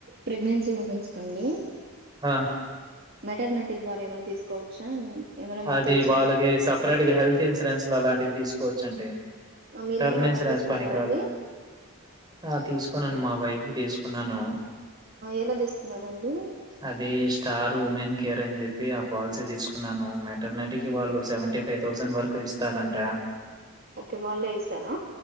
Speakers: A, on the right; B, on the right.
A: ప్రెగ్నెన్సీ ఉమెన్స్ కండి
B: ఆ
A: మీటర్నేటి ద్వారా ఏమైనా తీసుకోవచ్చా ఏమైనా మీకు
B: అది
A: తెలిసింద
B: వాళ్ళకి సపరేట్ గా హెల్త్ ఇన్సూరెన్స్ లో అలాంటివి తీసుకోవచ్చండి
A: మీరేమన్నా
B: టర్మ్ ఇన్సూరెన్స్
A: అలా తీసుకున్నారండి
B: పనికిరాదు ఆ తీసుకున్నాను మా వైఫ్ తీసుకున్నాను
A: ఎలా తీసుకున్నారండి
B: అది స్టార్ ఉమెన్ కేర్ అని చె ఆ పాలసీ తీసుకున్నాను మెటర్నిటీకి వాళ్ళు సెవెంటీ ఫైవ్ థౌజండ్ వరకు ఇస్తారంట
A: ఓకే వాళ్లే ఇస్తారా